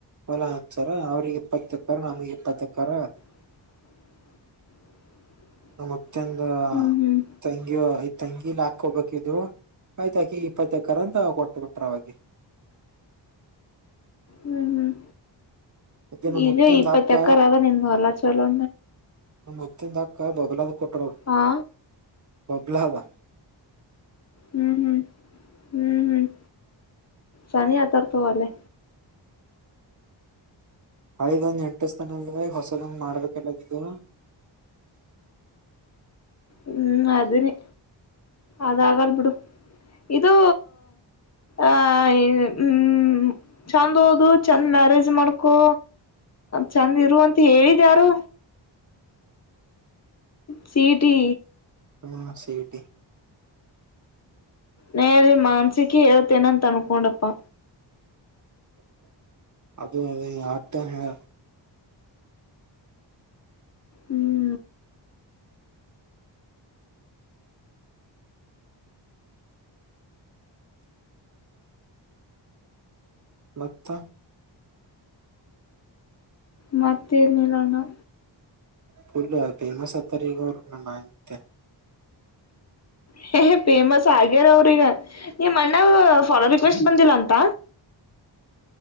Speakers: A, on the right; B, on the left.
A: ಹೊಲಾ ಹಂಚ್ಯಾರ್ ಅವ್ರಿಗೆ ಇಪ್ಪತ್ತಕ್ಕರ ನಮಗ್ ಇಪ್ಪತ್ತಕ್ಕರ.
B: <inaudible>
A: ನಮ್ ಮುತ್ಯಾದ್
B: ಹ್ಮ್ ಹ್ಮ್
A: ತಂಗಿ ತಂಗಿ. ಕಿ ಒಬ್ಬಕಿ ಇದ್ದಳು ಆಯ್ತ ಅಕಿಗ್ ಇಪ್ಪತ್ತ ಎಕರ್ ಅಂತ ಕೊಟ್ಟ ಬಿಟ್ರ ಅವಾಗೇ.
B: ಹ್ಮ್ ಹ್ಮ್
A: ಅದೇ ನಮ್
B: ಇಗ
A: ಮುತ್ಯಂದ
B: ಇಪ್ಪತ್ತ
A: ಅಕ್ಕ
B: ಎಕ್ಕರಾದ ನಿನ್ ಎಲ್ಲಾ ಚಲೋ.
A: ನಮ್ ಮುತ್ಯಾದ್ ಅಕ್ಕ್ ಬಬಲಾದಿಗ್ ಕೊಟಾರ್ ಅವ್ರ್.
B: ಹಾ.
A: ಬಬ್ಲಾವ.
B: ಹ್ಮ್ ಹ್ಮ್ ಹ್ಮ್ ಹ್ಮ್ ಸನಿ ಆಗ್ ತಾರ್ ತುಗೋ ಅಲ್ಲೇ.
A: ಐದ್ ಒಂದ್ ಎಂಟು ಸ್ಥಾನ ಅಲ್ ಹೊಸದೊಂದು ಮಾಡಕಲ್ಲಾಗಿದು.
B: ಹ್ಮ್ ಅದನೇ ಅದಾಗಲ್ ಬಿಡು ಇದು. ಆ ಹ್ಮ ಚಂದ್ ಓದು ಚಂದ ಮ್ಯಾರೇಜ್ ಮಾಡ್ಕೊ. ಚಂದ್ ಇರುವ ಅಂತ ಹೇಳಿದ ಯಾರು. ಚಿಟಿ.
A: ಹ ಸಿಇಟಿ.
B: ನಾ ಎಲ್ಲಿ ಮಾನಸಿಕಿ ಹೇಳ್ತಿ ಏನ್ ಅಂತಾ ಅನ್ಕೊಂಡಪ್ಪಾ.
A: <inaudible> ಅದು ಅ ಆಟನ್ ಹೇಳ.
B: ಹ್ಮ್.
A: ಮತ್ತ.
B: ಮತ್ತೆನಿಲ್ ಅಣ್ಣಾ.
A: ಪುಲ್ ಫೇಮಸ್ ಆತ್ತಾರ ಈಗ ಅವರು ನಮ್ ಮಾಂತ್ಯಾ.
B: ಹೇ ಫೇಮಸ್ ಆಗ್ಯಾರ ಅವ್ರೀಗ ನೀಮ್ ಅಣ್ಣಾಗ ಫಾಲೋ ರಿಕ್ವೆಸ್ಟ್ ಬಂದಿಲ್ಲ ಅಂತ.